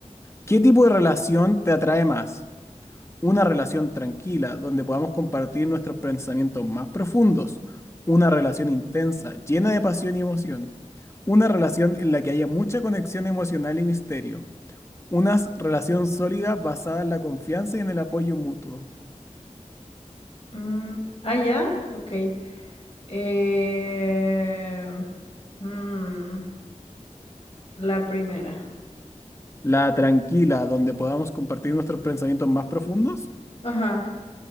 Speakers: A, on the left; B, on the left.
A: ¿Qué tipo de relación te atrae más? una relación tranquila donde podamos compartir nuestros pensamientos más profundos, una relación intensa, llena de pasión y emoción, una relación en la que haya mucha conexión emocional y misterio, una s- relación sólida basada en la confianza y en el apoyo mutuo,
B: Mm, ah, ya, ok. Eh, mm, La primera.
A: la tranquila donde podamos compartir nuestros pensamientos más profundos,
B: Ajá.